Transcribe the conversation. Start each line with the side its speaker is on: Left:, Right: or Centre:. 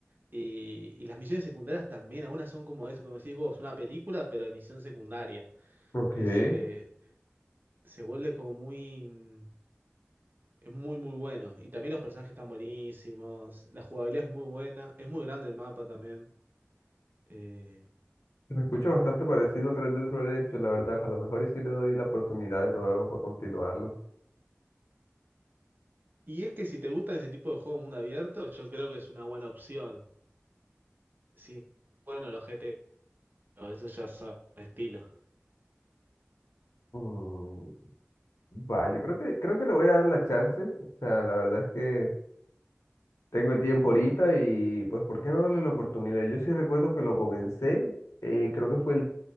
Right: Y, y las misiones secundarias también, algunas son como eso, como decís vos, una película, pero de misión secundaria.
Left: Ok, se
Right: Es, eh, se vuelve como muy... mm, Es muy, muy bueno. Y también los personajes están buenísimos. La jugabilidad es muy buena. Es muy grande el mapa también. Eh,
Left: me escucha bastante parecido al Red Dead Redemption, la verdad. A lo mejor y si le doy la oportunidad de nuevo para continuarlo.
Right: y es que si te gustan ese tipo de juego mundo abierto, yo creo que es una buena opción. Sí, bueno, los GT, pero eso ya son estilo.
Left: Mm, va, yo creo que, creo que le voy a dar la chance. O sea, la verdad es que tengo el tiempo ahorita y pues, ¿por qué no darle la oportunidad? Yo sí recuerdo que lo comencé, eh, creo que fue el